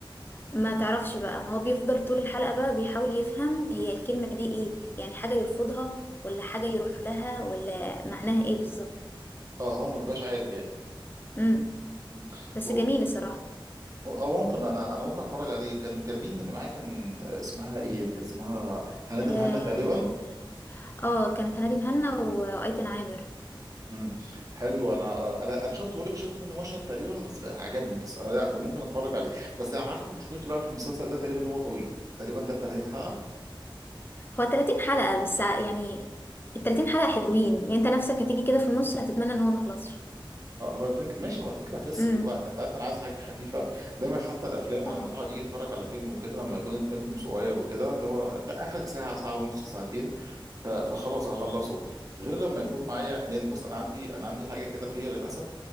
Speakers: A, on the left; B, on the right.
A: ما تعرفش بقى ما هو بيفضل طول الحلقة بقى بيحاول يفهم هي الكلمة دي ايه يعني حاجة يرفضها ولا حاجة يروح لها ولا معناها ايه بالظبط
B: اه هو ما بيبقاش عارف يعني
A: امم
B: مم.
A: بس
B: هو
A: جميل الصراحة
B: اه ممكن انا انا ممكن اتفرج عليه كان كان مين اللي معايا كان آه، اسمها ايه كان اسمها هندم
A: اه
B: هنا تقريبا
A: آه، كانت هنادي مهنا وايتن عامر
B: مم. حلو انا انا انا شفت بقول لك شفت منه مشهد تقريبا بس عجبني بس انا لا ده ممكن اتفرج عليه بس عارفه مشكلتي بقى في المسلسل ده تقريبا إن هو طويل تقريبا ده 30 حلقه
A: هو 30 حلقة بس ع- يعني ال 30 حلقة حلوين يعني انت نفسك هتيجي كده في النص هتتمنى ان هو ما يخلصش
B: آه، هو الفكره ماشي هو الفكره فيس
A: امم
B: في الوقت انت عارف انا عايز حاجه خفيفه دايما حتى الافلام
A: اه
B: لما الواحد يجي يتفرج على فيلم وكده لما يكون الفيلم صغير وكده اللي هو اخرك ساعه ساعه ونص ساعتين ف- فخلاص هخلصه غير لما يكون معايا لان بص انا عندي انا عندي حاجه كده فيا للاسف